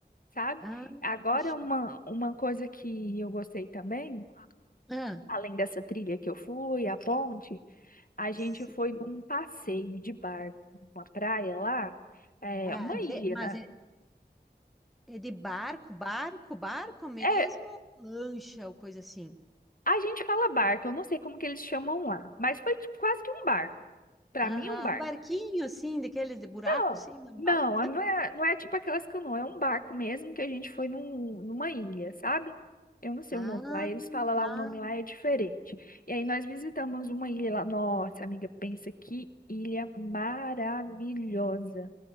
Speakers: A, on the left; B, in the centre.
A: sabe?
B: Ah,
A: Agora
B: fechou.
A: uma, uma coisa que eu gostei também,
B: Ah,
A: além dessa trilha que eu fui, a ponte, a gente
B: sim.
A: foi num passeio de barco, uma praia lá, é,
B: Ah,
A: uma
B: de-
A: ilha,
B: mas
A: né?
B: é, é de barco, barco, barco mesmo,
A: É,
B: ou lancha ou coisa assim?
A: a gente fala barco, eu não sei como que eles chamam lá, mas foi tipo, quase que um barco. Pra
B: Aham,
A: mim, um barco.
B: um barquinho assim, daqueles de buraco,
A: Não,
B: assim, normal.
A: não, não é, não é tipo aquelas canoas, é um barco mesmo que a gente foi num, numa ilha, sabe? Eu não sei
B: Ah,
A: o nome lá, eles falam
B: tá.
A: lá, o nome lá é diferente. E aí nós visitamos uma ilha lá. Nossa, amiga, pensa que ilha maravilhosa.